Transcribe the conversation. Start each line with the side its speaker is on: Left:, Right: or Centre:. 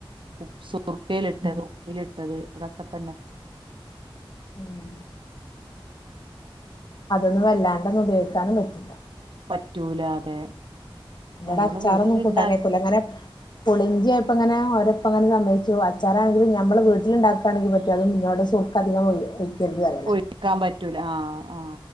Right: ഉ സുർക്കലിട്ടതു ഉപ്പില് ട്ടത് ഇതൊക്കെ തന്നെ
Left: ഉം അതൊന്നും വല്ലാണ്ടൊന്നും ഉപയോഗിക്കാനും പറ്റില്ല
Right: പറ്റൂലാ അതെ
Left: ഇവിടെ
Right: നമ്മള്
Left: അച്ചാറൊന്നും
Right: വീട്ടിലുണ്ടാക്കി
Left: കൂട്ടാനേ ഒക്കൂല്ല അങ്ങനെ പുളിഞ്ചി ആയപ്പോ ഇങ്ങനെ അതിപ്പം അങ്ങനെ സമ്മതിച്ചു അച്ചാറാണെങ്കിലും ഞമ്മള് വീട്ടിലുണ്ടാക്കുവാണെങ്കിൽ പറ്റോ അത് ഇങ്ങോട്ട് സുർക്ക അധികം പറയലാ
Right: ഒഴിക്കാൻ പറ്റൂല ആ ആ